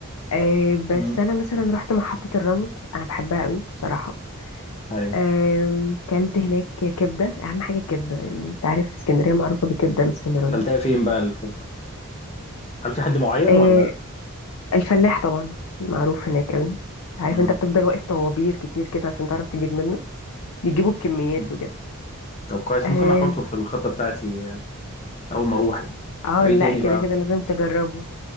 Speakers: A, on the left; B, on the left.
A: آه، بس
B: مم.
A: انا مثلا رحت محطة الرمل انا بحبها قوي بصراحة
B: ايوه
A: آه، كلت هناك كبدة اهم حاجة الكبدة يعني انت عارف اسكندرية معروفة بالكبدة الاسكندراني
B: كلتها فين بقى الكبده هل في حد معين
A: آه،
B: ولا
A: الفلاح طبعا معروف هناك قوي انت عارف
B: مم.
A: انت بتفضل واقف طوابير كتير كده عشان تعرف تجيب منه بيجيبوا بكميات
B: مم.
A: وكده
B: طب كويس
A: اه
B: ممكن احطه في الخطه بتاعتي آه، اول ما اروح يعني
A: آه،
B: وايه
A: لا
B: تاني
A: كده
B: بقى
A: كده لازم تجربه